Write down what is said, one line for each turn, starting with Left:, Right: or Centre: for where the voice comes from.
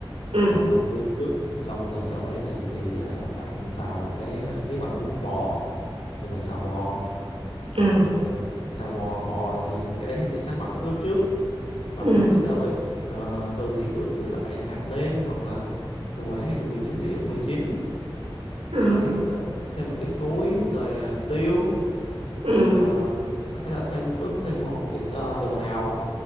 Right: ừ
Left: bạn luộc nuôi trước xong rồi sau đấy thì thì à, bạn xào cái à, nếu bạn muốn bò thì bạn xào bò Ờ,
Right: ừ
Left: xào bò bò thì cái đấy thì chắc chắn bạn phải ướp trước bạn
Right: ừ
Left: ướp với gia vị Ờ, thường thì ướp với lại hạt nêm hoặc là thường ngoài đấy hay dùng mì chính thì ướp mì chín
Right: ờ,
Left: đấy rồi thêm một ít muối rồi à, tiêu
Right: ừ
Left: rồi ờ, có thể là thêm ướp thêm một, một ít ờ, dầu hào